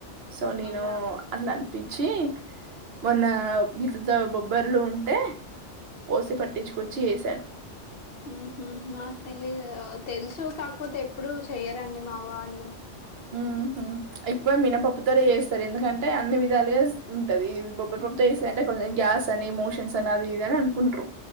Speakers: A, on the right; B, on the left.
A: సో
B: ఆహా,
A: నేను
B: అలా
A: అట్లా పిచ్చి మొన్న <inaudible> బ్బర్లు ఉంటే పోసి పట్టిచ్చుకొచ్చి ఏసాను
B: ఉహు మాకు తెలీదు ఆ తెలుసు కాకపోతే ఎప్పుడు చెయ్యరండి మా వాళ్ళు
A: హ్మ్ హు మ్మ్ ఎక్కువ
B: ఉమ్
A: మినపప్పుతోనే చేస్తారు ఎందుకన్ టే అన్ని విధాలుగా ఉంటది <unintelligible> అంటే కొంచెం గ్యాస్ అని మోషన్స్ అని అది ఇది అని అనుకుంట్రూ